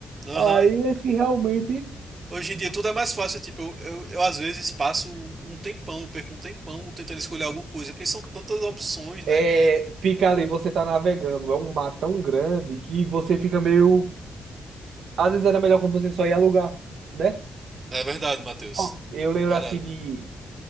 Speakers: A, on the right; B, on the right.
A: Aham.
B: Aí é que realmente
A: Hoje em dia tudo é mais fácil, tipo, eu, eu, eu, às vezes passo um tempão, eu perco um tempão tentando escolher alguma coisa, porque são tantas opções, né,
B: é,
A: que...
B: fica ali, você tá navegando. É um mar tão grande que você fica meio. Às vezes era melhor quando você só ia alugar, né?
A: É verdade, Matheus.
B: Ó, Eu lembro
A: Verdade.
B: assim de